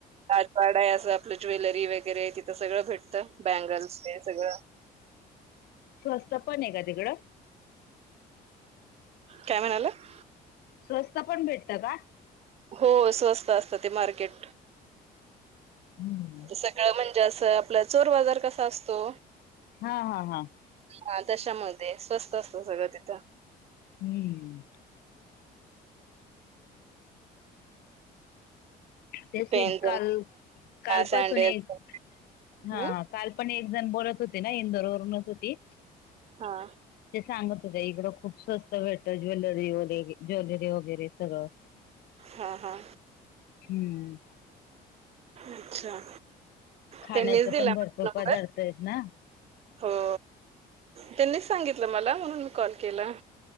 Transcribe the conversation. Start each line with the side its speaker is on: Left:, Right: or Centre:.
Right: राजवाड आहे असं, आपलं ज्वेलरी वगैरे तिथं सगळं भेटतं बँगल्स हे सगळं
Left: स्वस्त पण आहे का तिकड?
Right: काय म्हणालात?
Left: स्वस्त पण भेटत का?
Right: हो स्वस्त असत ते मार्केट.
Left: हम्म
Right: सगळं म्हणजे, असं आपला चोर बाजार कसा असतो
Left: हा हा हा.
Right: हा तशामध्ये, स्वस्त असतं सगळं ते.
Left: हम्म. तेच की
Right: पेन,
Left: काल काल
Right: सॅन्डल्स
Left: पासून यायच, हा
Right: हं?
Left: कालपण एक जण बोलत होती ना, इंदोर वरूनच होती
Right: हा
Left: ते सांगत होत्या, इकडं खूप स्वस्त भेटत ज्वेलरी वगैे ज्वेलरी वगैरे सगळं.
Right: हा हा
Left: हम्म
Right: अच्छा
Left: खाण्याच
Right: त्यांनीच दिला
Left: पण भरपूर
Right: म नंबर?,
Left: पदार्थ आहेत ना
Right: हा हो त्यांनीच सांगितलं मला म्हणून मी कॉल केला.